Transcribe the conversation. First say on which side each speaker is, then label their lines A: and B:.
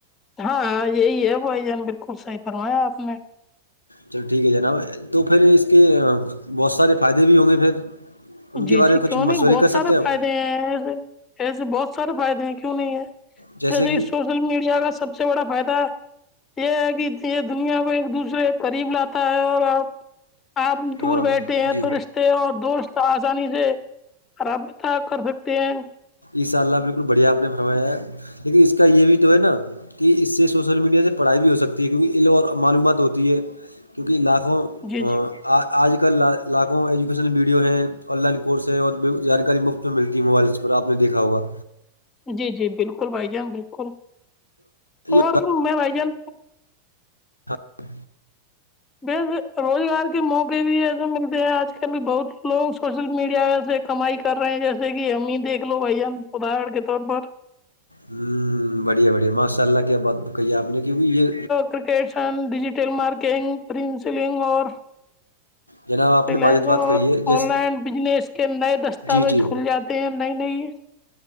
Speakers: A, on the left (about 20°); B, on the left (about 85°).
A: ہاں ہاں یہی ہے بھائی جان بالکل صحیح فرمایا آپ نے
B: چلو ٹھیک ہے جناب تو پھر اس کے بہت سارے فائدے بھی ہوں گے پھر ان کے
A: جی
B: بارے
A: جی
B: میں کچھ
A: کیوں نہیں
B: مشورے
A: بہت
B: کر سکتے
A: سارے
B: ہیں آپ
A: فائدے ہیں ایسے ایسے بہت سارے فائدے ہیں کیوں نہیں ہے
B: جیسے کہ
A: سوشل میڈیا کا سب سے بڑا فائدہ یہ ہے کہ یہ دنیا کو ایک دوسرے کے قریب لاتا ہے اور آب آپ دور
B: ہاں
A: بیٹھے ہیں
B: جی
A: تو رشتے اور دوست تو آسانی سے رابطہ کر سکتے ہیں
B: ایشاء اللہ بالکل بڑھیا آپ نے فرمایا ہے لیکن اس کا یہ بھی تو ہے نا کہ اس سے سوشل میڈیا سے پڑھائی بھی ہو سکتی ہے کیونکہ علم اور معلومات ہوتی ہے کیونکہ لاکھوں
A: جی
B: ہاں
A: جی
B: آ آج کل لاکھوں ایجوکیشن ویڈیو ہیں آن لائن کورس ہیں اور جانکاری مفت میں ملتی ہے موبائل سے پھر آپ نے دیکھا ہوگا
A: جی جی بالکل بھائی جان بالکل
B: یہ
A: اور میں بھائی جان
B: ہاں
A: بس روزگار کے موقع بھی ایسے ملتے ہیں آج کل بہت لوگ سوشل میڈیا وسے کمائی کر رہے ہیں جیسے کہ ہممی دیکھ لو بھائی جان ادہارن کے طور پر
B: ہوں بڑھیا بڑھیا ماشاء اللہ کیا بات کہی ہے آپ نے کیونکہ یہ
A: کرکٹسن ڈیجیٹل مارکنگ پرنسلنگ اور
B: جناب آپ
A: فیائنسنگ
B: نے باجت بات
A: اور
B: کہی ہے جیس
A: آن لائن بزنس کے نئے دستاویز
B: جی جی
A: کھل جاتے نہیں نہیں